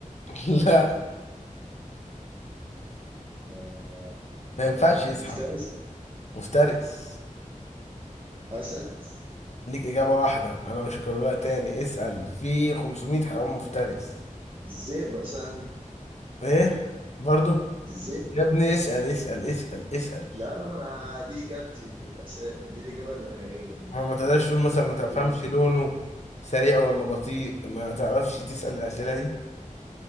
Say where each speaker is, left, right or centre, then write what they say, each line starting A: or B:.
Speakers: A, on the left; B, on the right.
A: <laughs> لا
B: آه.
A: ما ينفعش يزحف
B: مفترس
A: مفترس
B: أسد
A: ليك إجابة واحدة أنا مش هكررها تاني اسأل في 500 حيوان مفترس
B: الذئب يا صاحبي
A: ايه برضو
B: الذئب
A: يا ابني اسأل اسأل اسأل اسأل
B: لا لا ما أنا دي إجابتي الأس- دي الإجابة النهائية
A: ما ما تقدرش تقول مثلا
B: لو
A: ما تفهمش
B: كده
A: لونه سريع ولا بطيء ما تعرفش تسأل الأسئلة دي